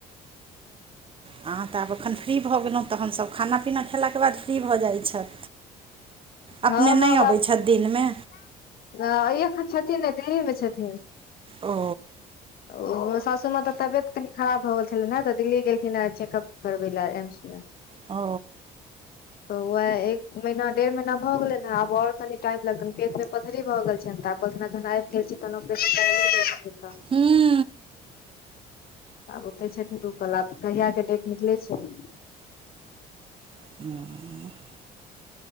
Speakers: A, on the right; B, on the left.
A: अहाँ तऽ आब एखन फ्री भऽ गेलहुँ तऽ हमसभ खाना पीना खेलाके बाद फ्री भऽ जाइत छथि अपने
B: हँ
A: नहि
B: मगाप
A: अबै छथि दिनमे
B: <unintelligible> अ एखन छथिन ने दिल्ली मे छथिन
A: ओ
B: ओ सासू माँ तऽ तबियत कनि खराब भऽ गेल छल हेँ तऽ दिल्ली गेलखिन हँ चेकअप कररबैला एम्स मे
A: ओ
B: तऽ उएह एक महिना डेढ़ महीना भऽ गेलै हे आब आओर कनि टाइम लगतनि पेटमे पथरी भऽ गेल छनि तऽ आब ओहिना जन आबि गेल छी तहन तऽ आपरेशन
A: हूंम्म
B: आब ओते छथिन रूकल आब कहिय के डेट निकलै छै
A: ओ